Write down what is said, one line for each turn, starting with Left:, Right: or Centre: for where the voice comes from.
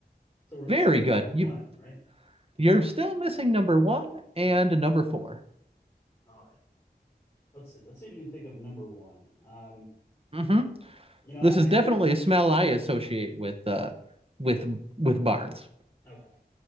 Left: So we're missing
Right: Very good.
Left: number
Right: You
Left: one, right?
Right: you're still missing number one and
Left: No.
Right: number 4
Left: All right. Let's see. Let's see if we can think of number one. Um,
Right: Mm-hmm.
Left: you know, I,
Right: This
Left: I
Right: is definitely
Left: do.
Right: a smell I associate with uh with with barns.
Left: Okay.